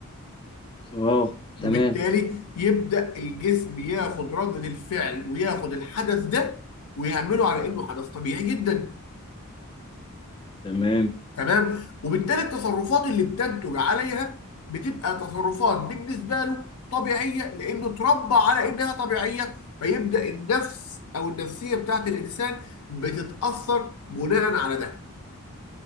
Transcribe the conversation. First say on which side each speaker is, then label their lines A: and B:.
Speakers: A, on the left; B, on the left.
A: اه تمام
B: وبالتالي يبدا الجسم ياخد رده الفعل وياخد الحدث ده ويعمله على انه حدث طبيعي جدا
A: تمام
B: تمام وبالتالي التصرفات اللي بتنتج عليها بتبقى تصرفات بالنسبه له طبيعيه لانه اتربى على انها طبيعيه فيبدا النفس او النفسيه بتاعت الانسان بتتاثر بناء على ده.